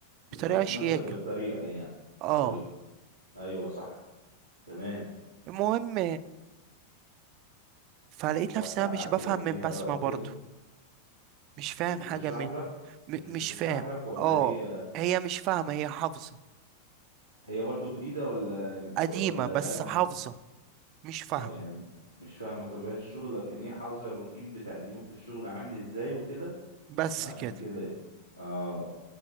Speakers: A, on the left; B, on the right.
A: بتحط
B: بطريقة شياكة
A: نفسك بالطريقة يعني
B: اه
A: بالطريقة ايوه صح تمام
B: المهم فلقيت
A: رحت
B: نفسي
A: قعدت
B: انا مش بفهم
A: جنبيها
B: من بسمة
A: بقى وكده
B: برضو مش فاهم
A: مش بتشرح
B: حاجة من
A: لك
B: م...
A: مش
B: مش
A: بتشرح
B: فاهم
A: لك ولا
B: اه
A: هي
B: هي مش فاهمة هي حافظة
A: هي برضو جديدة ولا
B: قديمة
A: ولا
B: بس
A: بقالها
B: حافظة مش فاهمة
A: اه يعني مش فاهمة طبيعة الشغل لكن ايه حافظة الروتين بتاع اليوم في الشغل عامل ازاي وكده
B: بس
A: فعشان
B: كده
A: كده ايه اه